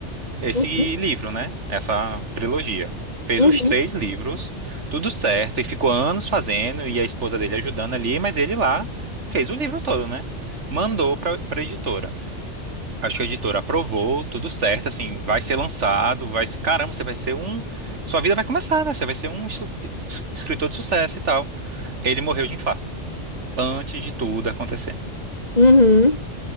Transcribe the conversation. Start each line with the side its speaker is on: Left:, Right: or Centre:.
Right: esse
Left: Uhum,
Right: livro, né? Essa trilogia. Fez
Left: uhum,
Right: os três livros, tudo certo, e ficou anos fazendo, e a esposa dele ajudando ali, mas ele lá fez o livro todo, né? Mandou pra, pra editora. Acho que a editora aprovou, tudo certo, assim, vai ser lançado, vai ser, caramba, você vai ser um, sua vida vai começar, né? Você vai ser um es- es- escritor de sucesso e tal. Ele morreu de infarto, antes de tudo acontecer.
Left: uhum.